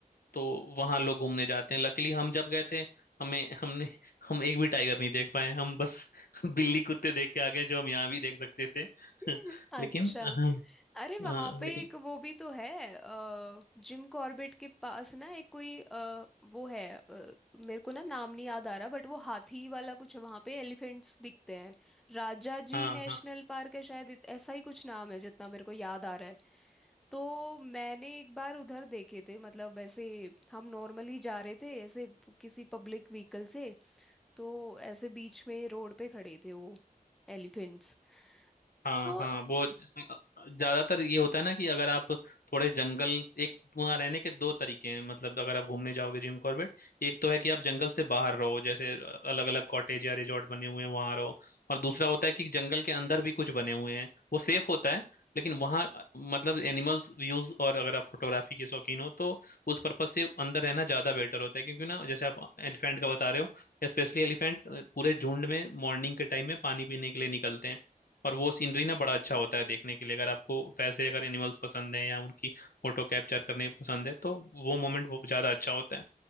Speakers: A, on the left; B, in the centre.
A: तो वहाँ लोग घूमने जाते हैं लकीली हम जब गए थे हमें हमने हम एक भी टाइगर नहीं देख पाए हम बस <laughs> बिल्ली कुत्ते देख के आ गए जो हम यहाँ भी देख सकते थे
B: <laughs>
A: <laughs>
B: अच्छा
A: लेकिन हाँ
B: अरे वहां
A: हाँ
B: पे
A: लेकिन
B: एक वो भी तो है अ, जिम कॉर्बेट के पास ना एक कोई अ, वो है अ, मेरे को ना नाम नहीं याद आ रहा बट वो हाथी वाला कुछ है, वहां पे एलिफेंट्स दिखते हैं राजा जी
A: हाँ
B: नेशनल
A: हाँ
B: पार्क है शायद इत- ऐसा ही कुछ नाम है जितना मेरे को याद आ रहा है तो मैंने एक बार उधर देखे थे मतलब ऐसे हम नॉर्मली जा रहे थे ऐसे किसी पब्लिक व्हीकल से तो ऐसे बीच में रोड पे खड़े थे वो एलिफेंट्स
A: हाँ
B: तो
A: हाँ वो ज- ज्यादातर ये होता है ना कि अगर आप थोड़े जंगल एक वहाँ रहने के दो तरीके हैं मतलब अगर आप घूमने जाओगे जिम कॉर्बेट एक तो है कि आप जंगल से बाहर रहो जैसे अलग अलग कॉटेज या रिजॉर्ट बने हुए हैं वहाँ रहो और दूसरा होता है कि जंगल के अंदर भी कुछ बने हुए हैं वो सेफ होता है लेकिन वहाँ अ, मतलब एनिमल्स व्यूज और अगर आप फोटोग्राफी के शौकीन हो तो उस पर्पज से अंदर रहना ज्यादा बेटर होता है क्योंकि ना जैसे आप एलिफेंट का बता रहे हो स्पेशली एलिफेंट पूरे झुंड में मॉर्निंग के टाइम में पानी पीने के लिए निकलते हैं और वो सीनरी ना बड़ा अच्छा होता है देखने के लिए अगर आपको वैसे अगर एनिमल्स पसंद है या उनकी फोटो कैप्चर करने पसंद है तो वो मोमेंट बहुत ज्यादा अच्छा होता है